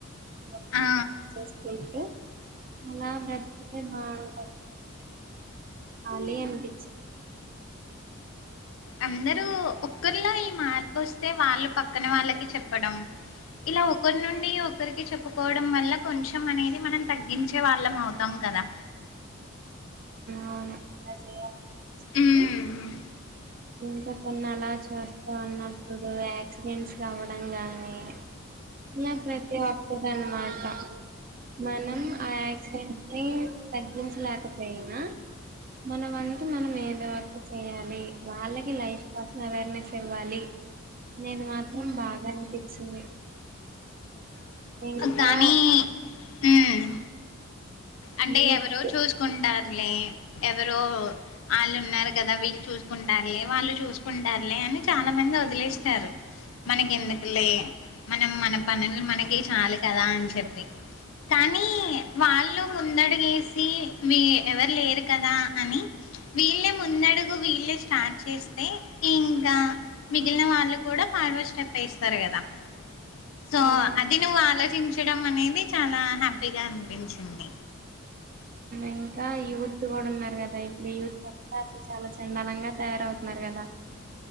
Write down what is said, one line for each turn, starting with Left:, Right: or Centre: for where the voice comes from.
Right: ఇవన్నీ
Left: ఆ
Right: తీసేసుంటూ అలా బ్రతితే బాగుంటంది చెప్పాలి అనిపించింది
Left: అందరుూ ఒకరిలో ఈ మార్పు వస్తే వాళ్ళు పక్కన వాళ్ళకి చెప్పడం ఇలా ఒకరి నుండి ఒకరికి చెప్పుకోవడం వల్ల కొంచం అనేది మనం తగ్గించే వాళ్ళం అవుతాం కదా
Right: అవును అలా చేయాలపచ్చంది
Left: ఉమ్
Right: ఇంకా కొన్ని అలా చూస్తూ ఉన్నప్పుడు యాక్సిడెంట్స్ అవ్వడం గాని ఇలా ప్రతి ఒక్కటి అనమాట మనం ఆ యాక్సిడెంట్ ని తగ్గించలేకపోయినా మన వంతు మనం ఏదో ఒక్క చేయాలి వాళ్ళకి లైఫ్ కోసం అవేర్నెస్ ఇవ్వాలి అనేది మాత్రం బాగా అనిపించింది ఇంకా
Left: కానీ ఉమ్ అంటే
Right: యూత్
Left: ఎవరో చూసుకుంటారు లే ఎవరో వాళ్ళు ఉన్నారు కదా వీళ్ళు చూసుకుంటారులే వాళ్ళు చూసుకుంటారులే అని చాలా మంది వదిలేస్తారు మనకి ఎందుకు లే మనం మన పనులు మనకి చాలు కదా అని చెప్పి కానీ వాళ్ళు కుందడు గీసి మీ ఎవరు లేరు కదా అని వీళ్లే ముందు అడుగు వీళ్ళే స్టార్ట్ చేస్తే ఇంకా మిగిలిన వాళ్ళు కూడా ఫార్వర్డ్ స్టెప్ వేస్తారు కదా సో
Right: అవును
Left: అది నువ్వు ఆలోచించడం అనేది అది చాలా హ్యాపీగా అనిపించింది
Right: ఇంకా యూత్ కూడా ఉన్నారు కదా ఇప్పుడు యూత్ అంతా అసలు చాలా చండాలంగా తయారవుతున్నారు కదా